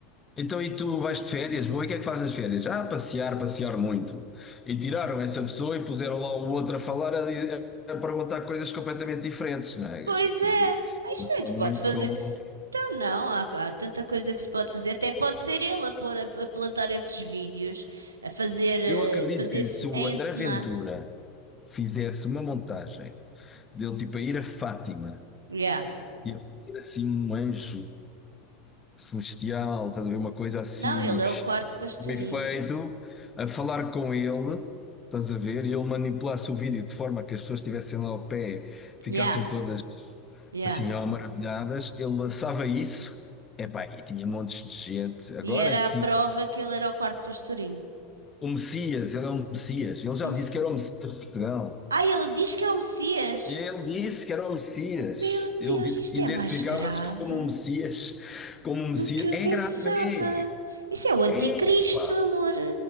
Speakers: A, on the left (about 20°); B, on the right (about 75°).
A: então, e tu vais de férias? Vou, e o que é que fazes nas férias? Ah, passear, passear muito. E tiraram essa pessoa e puseram lá o outro a falar, a, di- a perguntar coisas completamente diferentes, não é?
B: Pois
A: A gente-
B: é.
A: Eles
B: Ah, Isto
A: tomam
B: é, se pode
A: isso
B: fazer.
A: como. um-
B: Então não, há, há tanta coisa que se pode fazer. Até pode ser ele a pôr a, a plantar esses vídeos, a fazer, eh,
A: Eu acredito
B: fazer-se,
A: que se o
B: a encenar.
A: André Ventura fizesse uma montagem dele tipo a ir a Fátima
B: Yeah.
A: E aparecer assim um anjo celestial, estás a ver? Uma coisa assim,
B: Não, ele é o quarto pastorinho.
A: meio feito, a falar com ele, estás a ver? E ele manipulasse o vídeo de forma que as pessoas estivessem lá ao pé, ficassem
B: Yeah,
A: todas
B: yeah.
A: assim, ó, maravilhadas. Ele lançava isso, epá, e tinha montes de gente. Agora
B: E era
A: sim,
B: a prova que ele era o quarto pastorinho.
A: o Messias, ele é um Messias. Ele já
B: O Messi-
A: disse que era o Messias de Portugal.
B: Ah, ele diz que é o Messias.
A: E Ele disse que era o Messias.
B: Meu
A: Ele
B: Deus,
A: disse
B: isto
A: que identificava-se
B: é mais grave
A: como um Messias. Como um Messias.
B: do que eu
A: É
B: pensava.
A: grave,
B: Isso é o anticristo,
A: é. Epá,
B: amor.